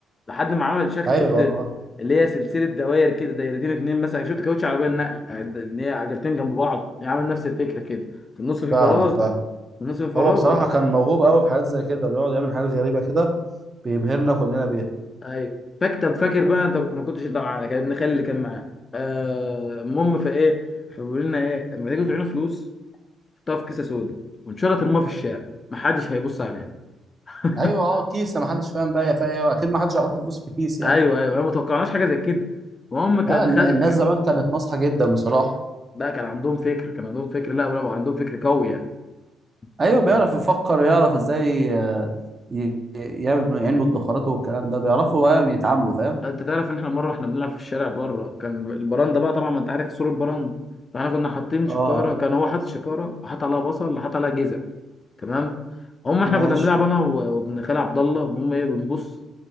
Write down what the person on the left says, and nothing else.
لحد ما عمل شكل
شفت
اللي هي سلسله دوائر كده دايرتين اتنين مثلا شفت كاوتش عربيه النقل ان هي عجلتين جنب بعض يعمل نفس الفكره كده في النص في
فراغ
في النص في فراغ
وبتاع
ايوه فاكتب فاكر بقى انت ما كنتش انت معانا كان ابن خالي اللي كان معانا آه، المهم فايه فبيقول لنا ايه لما تيجوا تعينوا فلوس حطها في كيسه سودا وان شاء الله ترموها في الشارع محدش هيبص عليها <laughs>
ايوه ايوه انا ما توقعناش حاجه زي كده المهم كان
خالت
بقى كان عندهم فكر كان عندهم فكر لا برافو عندهم فكر قوي يعني
انت
انت تعرف ان احنا مره احنا بنلعب في الشارع بره كان البرندة بقى طبعا ما انت عارف سور البرندة فاحنا كنا حاطين شكاره
كان هو حاطط شكاره حاط عليها بصل حاط عليها جزر تمام هم احنا
كنا بنلعب انا و- وابن خالي عبد الله المهم ايه بنبص